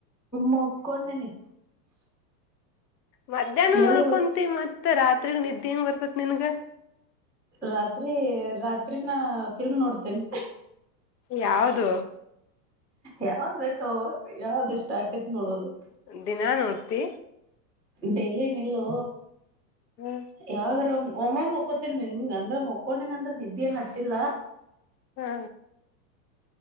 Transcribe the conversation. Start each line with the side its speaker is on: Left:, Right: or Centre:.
Centre: ಮಕ್ಕೊಂಡೇನಿ
Left: ಮಧ್ಯಾಹ್ನ
Centre: ಎಲ್ಲ
Left: ಮಲ್ಕೊಂತ ಮತ್ ಮತ್ತ ರಾತ್ರಿಗ ನಿದ್ದೆ ಂಗ ಬರ್ತತ್ ನನ್ಗ
Centre: ರಾತ್ರಿ ರಾತ್ರಿ ನ ಫಿಲ್ಮ್ ನೋಡ್ತೆೇನ್
Left: ಯಾವದು
Centre: ಯಾವ್ದ್ ಬೇಕವು ಯಾವ್ದ ಇಷ್ಟ ಆಕೇತ್ ನೋಡೋದು
Left: ದಿನಾ ನೋಡ್ತಿ
Centre: ಡೆಲ್ಲಿ ನಿಲ್ಲೋ
Left: ಹ್ಮ್
Centre: ಯಾವಾಗರ ಓಮ ಒಮ್ಮ ಮಕ್ಕೋತೇನ್ಿ ಹಿಂಗ ಅಂದ್ರ ಮಕ್ಕೊಂಡೇನ ಅಂದ್ರ ನಿದ್ದೆಏನ್ತಿಿಲ್ಲಾ
Left: ಹಾ